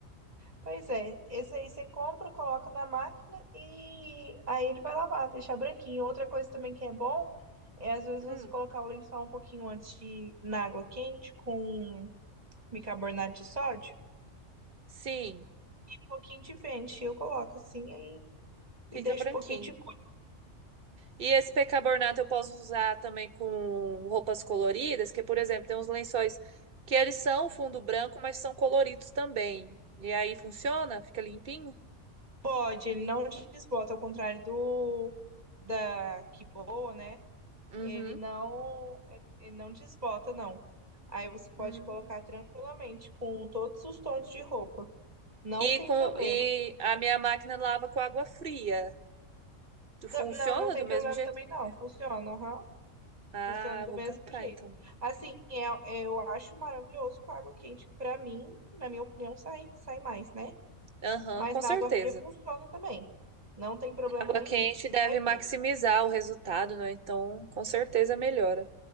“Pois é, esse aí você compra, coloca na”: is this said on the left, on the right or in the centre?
Right